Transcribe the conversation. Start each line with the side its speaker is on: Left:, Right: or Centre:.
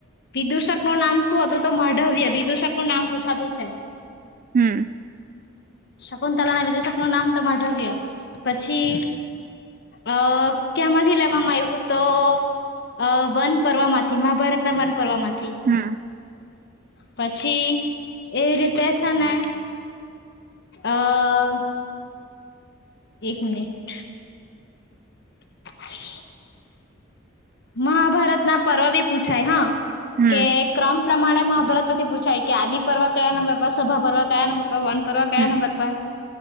Left: વિદુષક નું નામ શું હતું તો મડવય વિદુષક નું નામ પૂછાતું છે.
Right: હમ્મ.
Left: શકુંંતલા ના વિદુેશક નું નામ તમાઢવ્યા પછી અહ ક્યામાંથી લેવામાં આવ્યું તો અહ વન પર્વ માંથી મહાભારતના વન પર્વ માં
Right: હમ્મ.
Left: પછી એવી રીતે છે ને અહ એક મિનિટ <inaudible> મહાભારત ના પર્વ બી પૂછાય હા
Right: હમ
Left: કે ક્રમ પ્રમાણે મહાભારત. થી પૂછાય કે આદિ પર્વા કયા નંબર પર સભા પર્વા કયા નંબર પર વાન પર્વા કયા
Right: હમ
Left: નંબર પર.